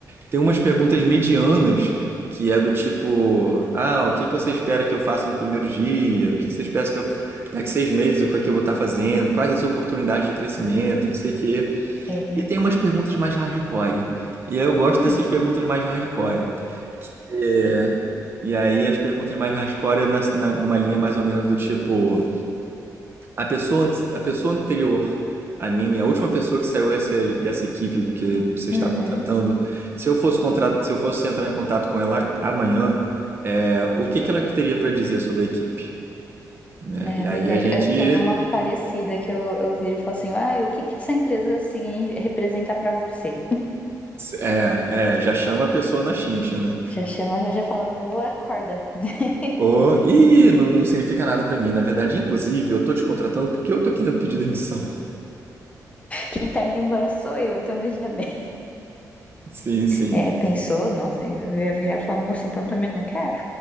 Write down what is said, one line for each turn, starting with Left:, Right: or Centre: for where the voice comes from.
Right: Tem umas
Left: sim.
Right: perguntas medianas que é do tipo, ah, o que que você espera que eu faça no primeiro dia? O que que você espera que eu daqui seis meses o que é que eu vou estar fazendo? Quais as oportunidades de crescimento? Não sei o quê.
Left: É.
Right: E tem umas perguntas mais hardcore. E aí eu gosto
Left: Hum.
Right: dessas perguntas mais hardcore. É, E aí as perguntas mais hardcore é na, na- numa linha mais ou menos do tipo, a pessoa, ante- a pessoa anterior a mim, a última pessoa que saiu dessa, dessa equipe que vocês
Left: Uhum.
Right: estavam contratando, se eu fosse contra- se eu fosse entrar em contato com ela amanhã, é, o que que ela teria para dizer sobre a equipe, né?
Left: É
Right: E
Left: verdade.
Right: aí a gente
Left: Eu tenho uma parecida que eu, eu viro e falo assim, ah, e o que que essa empresa signi- representa pra você?
Right: é, é, já chama a pessoa na chincha, né?
Left: Já chama, já fala, ô, acorda. <laughs>
Right: Ou, ih, não, não significa nada pra mim. Na verdade, inclusive, eu tô te contratando porque eu tô querendo pedir demissão.
Left: Quem tá indo embora sou eu, então veja bem.
Right: <laughs> Sim, sim.
Left: É, pensou, nossa, eu ia virar e falar, moça, então também não quero.